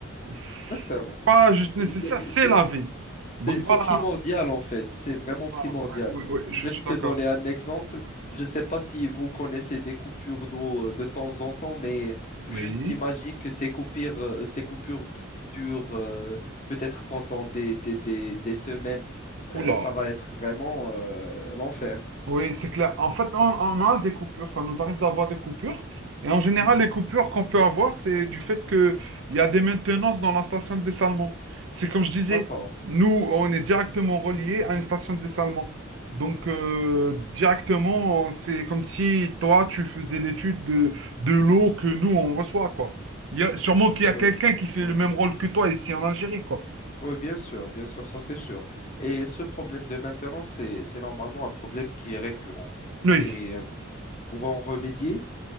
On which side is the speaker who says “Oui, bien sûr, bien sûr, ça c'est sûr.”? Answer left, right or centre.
Left